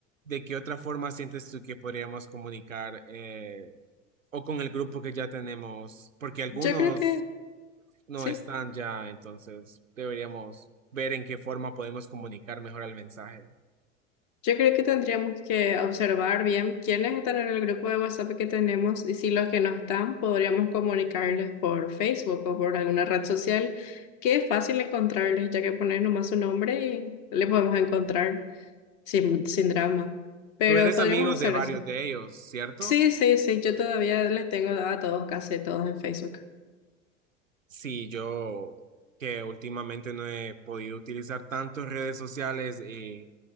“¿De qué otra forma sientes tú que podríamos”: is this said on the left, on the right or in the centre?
Right